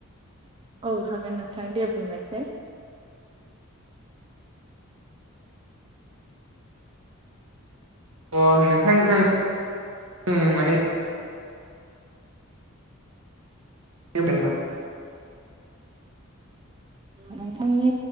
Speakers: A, on the right (about 25°); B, on the right (about 75°).
A: औ हागोन नोंथां दे बुंनोसै
B: अ नोंथां आं माने थबेना <inaudible>
A: नोंथांनि